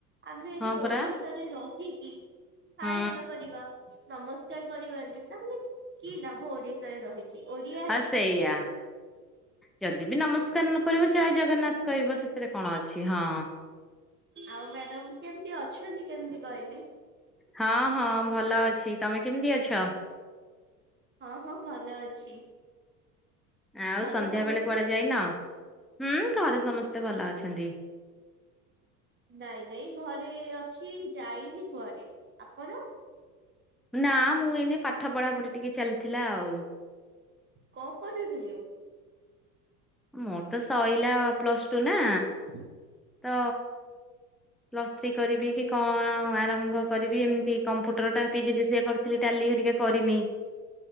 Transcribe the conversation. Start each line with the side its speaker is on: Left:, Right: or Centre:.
Right: ଆମେ ଏଠି
Centre: ହଁ ପରା
Right: ଓଡିଶା ରହିକି ହାଏ
Centre: ହୁଁ
Right: ହ୍ୟାଲୋ କରିବା। ନମସ୍କାର କରିବାନି। ତାହେଲେ କି ଲାଭ ଓଡିଶାରେ ରହିକି। ଓଡିଆ
Centre: ହଁ
Right: ହେଇକି
Centre: ସେଇଆ। ଯଦି ବି ନମସ୍କାର ନ କରିବ। ଜୟ ଜଗନ୍ନାଥ କହିବ ସେଥିରେ କଣ ଅଛି। ହଁ।
Right: ଆଉ ମ୍ୟାଡାମ କେମିତି ଅଛନ୍ତି। କେମିତି କହିଲେ?
Centre: ହଁ ହଁ ଭଲ ଅଛି ତମେ କେମିତି ଅଛ?
Right: ହଁ ହଁ ଭଲ ଅଛି।
Centre: ଆଉ
Right: ଘରେ
Centre: ସନ୍ଧ୍ୟା
Right: ସମସ୍ତେ?
Centre: ବେଳେ କୁଆଡେ ଯାଇନ? ହୁଁ ଘରେ ସମସ୍ତେ ଭଲ ଅଛନ୍ତି।
Right: ନାଇଁ ନାଇଁ ଘରେ ଅଛି ଯାଇନି କୁଆଡ ଆପଣ?
Centre: ନାଁ ମୁଁ ଏଇନେ ପାଠ ପଢା ପଢି ଟିକେ ଚାଲିଥିଲା ଆଉ।
Right: କଣ ପଡୁଥିଲୁ?
Centre: ମୋର ତ ସଇଲା ପ୍ଲସ ଟୁ ନା।
Right: ହୁଁ।
Centre: ତ ପ୍ଲସ ଥ୍ରୀ କରିବି କଣ ଆରମ୍ଭ କରିବି ଏମିତି କମ୍ପୁଟର ଟା ପିଜି ଡି ସିଏ କରିଥିଲି ଟାଲି ହେରିକା କରିନି।